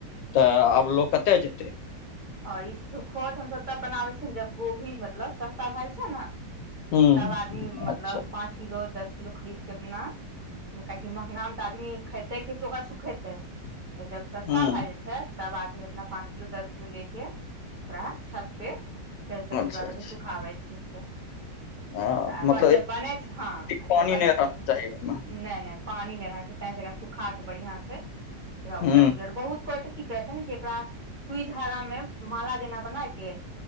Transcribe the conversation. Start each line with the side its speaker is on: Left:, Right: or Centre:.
Left: तऽ आब लोक कतय जेतै?
Right: आओर ई सुखोत हमसभ तब बनाबै छीयै जब गोभी मतलब सस्ता भए जाइ छैय ने
Left: हूँ
Right: तब आदमी
Left: अच्छा
Right: मतलब पाँच किलो दस किलो खरीदके अपना कियाकि महँंगा मे तऽ आदमी खेतै कि ओकरा सुखेतै? तऽ जब सस्ता
Left: हूँ
Right: भए जाय छैय तब आदमी अपना पाँंच किलो दस किलो ले के ओकरा छत पे चारिटा
Left: अच्छा
Right: टुकड़ा
Left: अच्छा
Right: करके सुखाबै छियै त
Left: हँ
Right: तऽ अपन
Left: मतलब एक
Right: जे बनै छैय हँ
Left: रति पानी
Right: जब बनै
Left: नहि
Right: छैय
Left: रहना
Right: तऽ नहि
Left: चाही ओहिमे
Right: नहि पानी नहि रहके चाही त सुखा के बढ़ियां से उलट
Left: हूँ
Right: पुलट बहुत को की करै छैय ने कि एकरा सुई झागा में माला जेना बना के